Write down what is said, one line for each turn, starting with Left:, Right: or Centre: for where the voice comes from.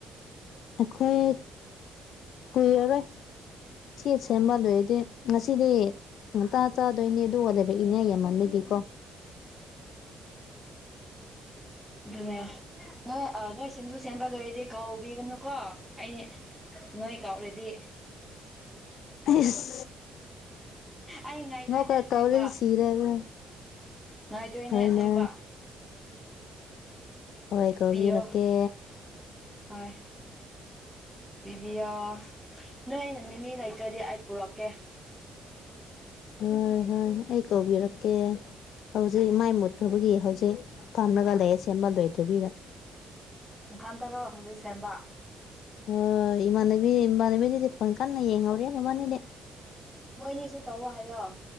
Left: ꯑꯩꯈꯣꯏ ꯀꯨꯏꯔꯔꯣꯏ ꯁꯤ ꯁꯦꯝꯕꯗꯣꯏꯗꯤ
Centre: ꯑꯣ
Left: ꯉꯁꯤꯗꯤ ꯉꯇꯥ ꯆꯥꯗꯣꯏꯅꯤ ꯑꯗꯨ ꯋꯥ ꯂꯩꯔꯛꯏꯅꯥꯏ ꯌꯥꯝꯃꯟꯕꯒꯤꯀꯣ
Centre: ꯗꯨꯅꯦ ꯅꯣꯏ ꯑꯅꯣꯏ ꯁꯤꯡꯖꯨ ꯁꯦꯝꯕ ꯂꯣꯏꯔꯗꯤ ꯀꯥꯎꯕꯤꯒꯅꯨꯀꯣ ꯑꯩ ꯅꯣꯏ ꯀꯥꯎꯔꯦꯗꯤ
Left: ꯑꯩꯁ
Centre: ꯑꯩ ꯉꯥꯏꯗꯣꯏꯅꯦ
Left: ꯉꯧꯀ
Centre: ꯑꯁꯦꯡꯕ
Left: ꯀꯧꯔꯗꯤ ꯁꯤꯔꯦꯕ
Centre: ꯉꯥꯏꯗꯣꯏꯅꯦ
Left: ꯍꯣꯏꯅꯦ
Centre: ꯑꯁꯦꯡꯕ
Left: ꯍꯣꯏ ꯀꯧꯕꯤꯔꯛꯀꯦ
Centre: ꯄꯤꯌꯣ ꯍꯣꯏ ꯄꯤꯕꯤꯌꯣ ꯅꯣꯏꯅ ꯃꯤꯃꯤ ꯂꯩꯇ꯭ꯔꯗꯤ ꯑꯩ ꯄꯨꯔꯛꯀꯦ
Left: ꯍꯣꯏ ꯍꯣꯏ ꯑꯩ ꯀꯧꯕꯤꯔꯛꯀꯦ ꯍꯧꯖꯤꯛ ꯃꯥꯏ ꯃꯨꯠꯈꯕꯒꯤ ꯍꯧꯖꯤꯛ ꯐꯝꯂꯒ ꯂꯩꯌꯦ ꯁꯦꯝꯕꯂꯣꯏꯗꯕꯤꯗ
Centre: ꯅꯊꯟꯇꯔꯣ ꯍꯧꯖꯤꯛ ꯁꯦꯝꯕ
Left: ꯍꯣꯏ ꯏꯃꯥꯟꯅꯕꯤ ꯏꯃꯥꯟꯅꯕꯤꯗꯨꯗꯤ ꯐꯣꯟ ꯀꯟꯅ ꯌꯦꯡꯍꯧꯔꯤ ꯃꯥꯕꯅꯤꯗꯤ
Centre: ꯃꯣꯏꯅꯤꯁꯨ ꯇꯧꯑꯣ ꯍꯥꯏꯌꯣ